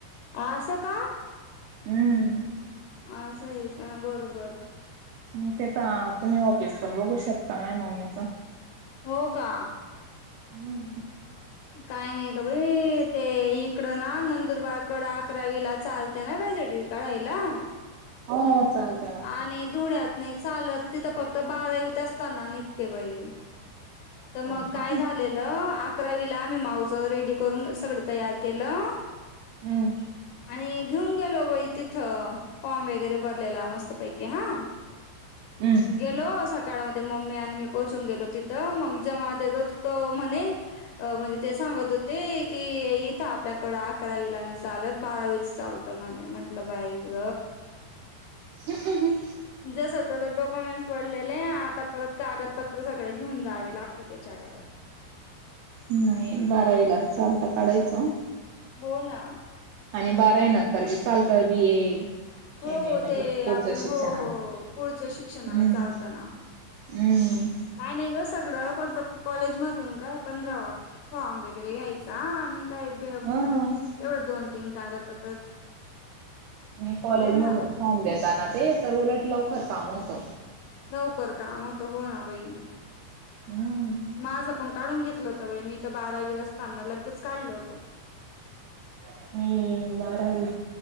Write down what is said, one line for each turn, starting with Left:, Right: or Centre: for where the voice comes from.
Left: आस का
Right: हम्म
Left: असये का बरोबर
Right: मग तिथं आपने ऑफिस पण बघू शकता माया मम्मीचा
Left: हो का
Right: हम्म
Left: काय नाही ग बाई ते इकडं ना नंदुरबारकड अकरावीला चालते ना व्हॅलिडीटी काढायला
Right: हो चालते ना
Left: आणि धुळ्यात नाही चालत तिथं फक्त बारावीत असताना निघते बाई तर मग
Right: हो
Left: काय
Right: का?
Left: झालेलं अकरावीला आम्ही माऊचं रेडी करून सगळं तयार केलं
Right: हम्म
Left: आणि घेऊन गेलो बाई तिथं फॉर्म वगैरे भरलेला मस्तपैकी हा
Right: हम्म
Left: गेलो सकाळमध्ये मम्मी आणि मी पोहोचून गेलो तिथं मग तो म्हणे अ म्हणजे ते सांगत होते की इथं आपल्याकडें अकरावीला नाही चालत बारावीच चालत. ते म्हणे म्हंटलं बाई ग
Right: <inaudible>
Left: जसं त्यास डॉक्युमेंट्स पडलेले आता परत कागदपत्र सगळे घेऊन जावे लागते त्याच्याकड
Right: नाही बारावीला चालत काढायचं.
Left: हो ना
Right: आणि बारावी नंतर बी चालत बी ए
Left: हो
Right: एम ए म्हणजे
Left: ते
Right: पुढचं
Left: आपण
Right: शिक्षणाला.
Left: हो हो पुढच्या शिक्षणाला
Right: हम्म
Left: चालत ना
Right: हम्म
Left: आणि ग सगळं पण कॉलेजमधून काय पंधरावा फॉर्म वगैरे घ्यायचा आणि काय तेवढं
Right: हा
Left: दोन तीन कागदपत्र
Right: म्हणे कॉलेज
Left: हो
Right: मधून
Left: ना
Right: फॉर्म देता ना ते तर उलट लवकर काम होतं.
Left: लवकर काम होत हो ना बाई
Right: हम्म
Left: माझ पण काढून घेतला होता बाई मी तर बारावीला असताना लगेच काढल होतं.
Right: आणि मी बारावी